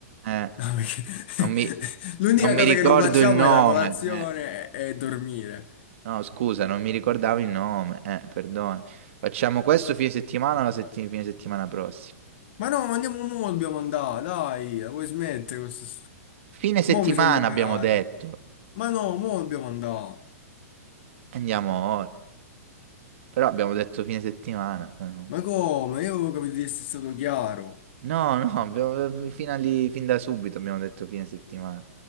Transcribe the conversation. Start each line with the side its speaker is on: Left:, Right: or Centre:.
Right: Eh,
Left: No, perché...
Right: non mi...
Left: <laughs> L'unica
Right: non mi
Left: cosa
Right: ricordo
Left: che non facciamo
Right: il nome.
Left: è la colazione
Right: eh.
Left: e e dormire.
Right: No, scusa, non mi ricordavo il nome. Eh, perdona. Facciamo questo fine settimana o la setti- fine settimana prossima?
Left: Ma no, ma andiamo mo, dobbiamo andare, dai, la vuoi smettere questo...
Right: Fine settimana
Left: Mo mi sono liberato.
Right: abbiamo detto.
Left: Ma no, mo dobbiamo andare.
Right: Andiamo ora. Però abbiamo detto fine settimana. eh, non lo
Left: Ma
Right: so.
Left: come? Io avevo capito di essere stato chiaro.
Right: No, no, abbiamo, eh, fino a lì- fin da subito abbiamo detto fine settimana.